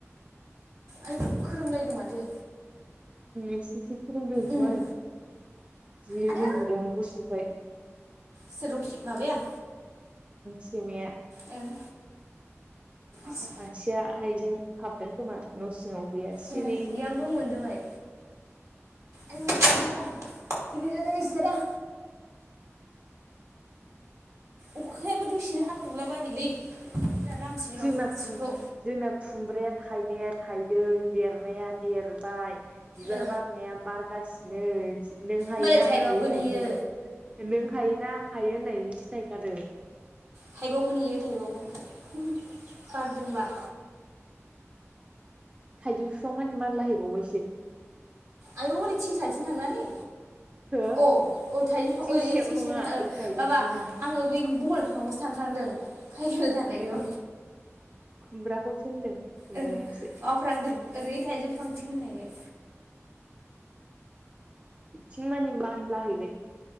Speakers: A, on the right; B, on the right.
A: आयौ खोरोमलायदों माथो
B: एसे एसे खोरोमदोंथ'
A: उम
B: आरो जि
A: आदै
B: उन्दुदों गुसुखाय
A: सोर रुखि माबाया
B: सैमाया
A: ओं <unintelligible>
B: मासेया आइजों हाबदों खोमा न' सिङाव गैया सिरि
A: उम इयावनो दंमोन दहाय आयौ थिखोनो हाला गिलिर जाथारबाय सियारा अखायाबो दसेनो हाब्रबलाबायोलै दा लामसै
B: जोंना
A: र'
B: खु
A: जिखौ
B: जोंना खुमब्राया थाइनाया थाइदों देरनाया देरबाय बिबार
A: ओ
B: बारनाया बारगासिनो नों हायोना
A: मालाय थाइबावगोन
B: आं हायो होननायनायनि
A: इयो
B: थाय नों हायोना आं हायो होननायनि सो थायखादो
A: थाइबावगोन इयो थाइबावगोन बारदोंबा
B: थाइजौ बिफां माने मानलाहैबावबायसो
A: आयौ ओरै थिं साथिं थांनानानै
B: हो
A: अ औ थाइजौ
B: थिंसेयाव
A: ओइ ओइथिंसोना
B: नङा
A: ओ
B: ओरै थाइजौथिं
A: माबा आङो बै बहल बिफांखौसो सानफ्रांदों <unintelligible> जानायखौ
B: ए खुमब्राखौसो होनदों खुमब्रायासो
A: ओं बावफ्रांदों ओरै थाइजौ फिफांथिं होननायखाय
B: बिथिं मानि मानलाहैबाय